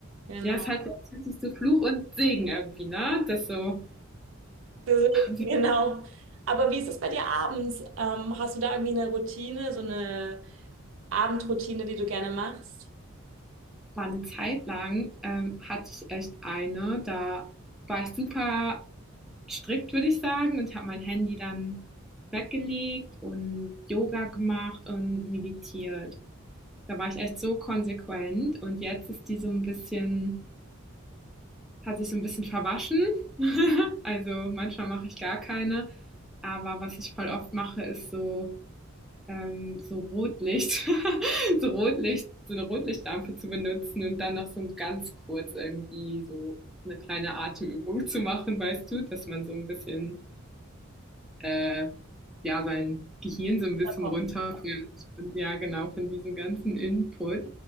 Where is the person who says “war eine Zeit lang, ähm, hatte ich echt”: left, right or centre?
Centre